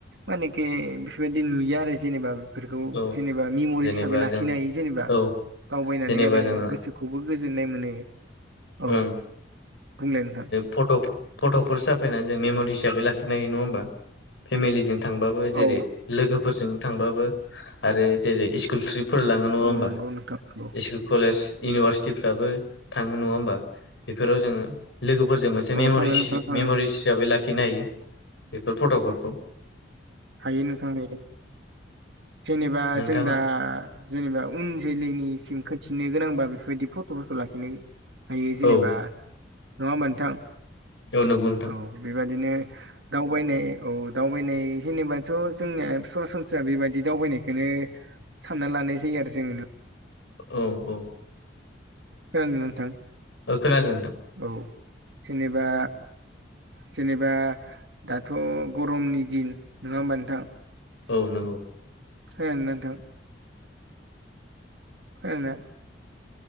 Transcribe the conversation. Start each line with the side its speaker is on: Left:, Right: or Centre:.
Right: मानेके बिफोरबायदि नुयो आरो जेनेबा फोरखौ
Left: औ
Right: जेनेबा मेम'रि
Left: जेनेबा
Right: हिसाबै लाखिनो
Left: जों
Right: हायो जेनेबा
Left: औ
Right: दावबायनानै
Left: जेनेबा
Right: आरो
Left: जोङो
Right: गोसोखौबो गोजोननाय मोनो। औ
Left: ओम
Right: बुंलाय नोंथां
Left: फट'-फट'फोर साफायनानै जों मेम'रि हिसाबै लाखिनो हायो नङा होमबा फेमिलिजों थांबाबो जेरै
Right: औ
Left: लोगोफोरजों थांबाबो आरो जेरै स्कुल ट्रिप फोरलाङो नङा
Right: औ
Left: होमबा
Right: नंगौ नोंथां नंगौ
Left: इस कलेज इउनिभारसिटिफ्राबो थाङो नङा होमबा बेफोराव जोंङो लोगोफोरजों मोनसे
Right: औ
Left: मेमरि
Right: थाङो नोंथां थाङो
Left: मेमरिस हिसाबै लाखिनो हायो बेफोर फट'फोरखौ
Right: हायो नोंथां हायो जेनेबा
Left: नोंथां
Right: जों दा जेनेबा उन जोलैनिसिम खोनथिनो गोनांबा बेफोर बायदि फट'फोरखौ लाखिनो हायो जेनेबा
Left: औ
Right: नङा होमबा नोंथां
Left: औ नंगौ नोंथां
Right: औ बेबादिनो दावबायनाय औ दावबायनाय जेनेबाथ' जोंनिया सरासनस्रा बेबायदि दावबायनायखौनो सानना लानाय जायो आरो जों
Left: औ औ
Right: ओं नोंथां
Left: ओ खोनादों नोंथां
Right: औ जेनेबा जेनेबा दाथ' गरमनि दिन नङा होमबा नोंथां
Left: औ नंगौ
Right: ओं नोंथां <unintelligible>